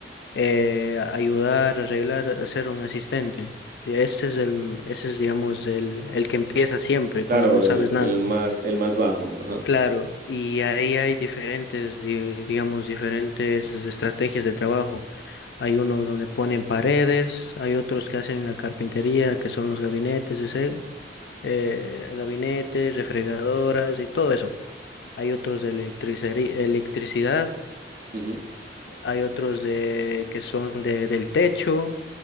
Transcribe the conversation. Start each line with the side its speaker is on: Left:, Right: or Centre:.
Left: eh, ayudar, arreglar, hacer un asistente. Y Ese es el, ese es, digamos, el, el que empieza siempre cuando
Right: Claro,
Left: no sabes
Right: el,
Left: nada.
Right: el más, el más bajo. Ajá.
Left: Claro, y ahí hay diferentes, di- digamos, diferentes estrategias de trabajo. Hay uno donde ponen paredes, hay otros que hacen la carpintería, que son los gabinetes, ese, eh, gabinetes, refrigeradoras y todo eso. Hay otros de electricería- electricidad
Right: ujú,
Left: Hay otros de, que son de, del techo,